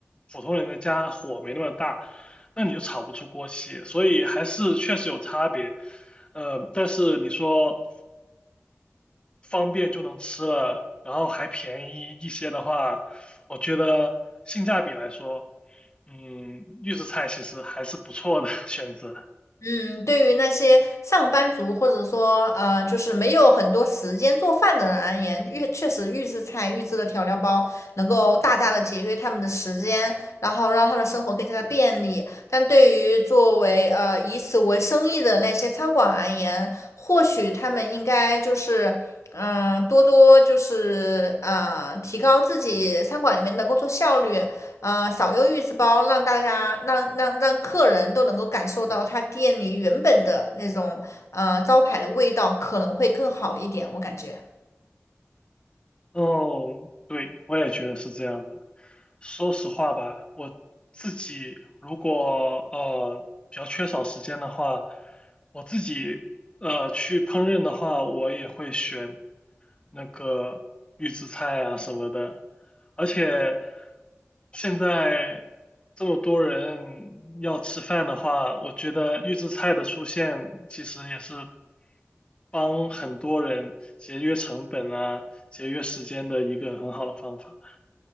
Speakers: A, on the left (about 20°); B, on the left (about 75°).
A: 普通人的家火没那么大，那你就炒不出锅气，所以还是确实有差别。呃，但是你说方便就能吃了，然后还便宜一些的话，我觉得性价比来说，嗯，预制菜其实还是不错的 <laughs> 选择。
B: 嗯，对于那些上班族或者说呃，就是没有很多时间做饭的人而言，预确实预制菜、预制的调料包能够大大的节约他们的时间，然后让他们生活更加的便利。但对于作为呃以此为生意的那些餐馆而言，或许他们应该就是嗯、呃多多就是呃提高自己餐馆里面的工作效率，啊、少用预制包，让大家让让让客人都能够感受到他店里原本的那种呃招牌的味道，可能会更好一点，我感觉。
A: 哦，对，我也觉得是这样的。说实话吧，我自己如果呃比较缺少时间的话，我自己呃去烹饪的话，我也会选那个预制菜啊什么的。而且现在这么多人要吃饭的话，我觉得预制菜的出现其实也是帮很多人节约成本啊、节约时间的一个很好的方法。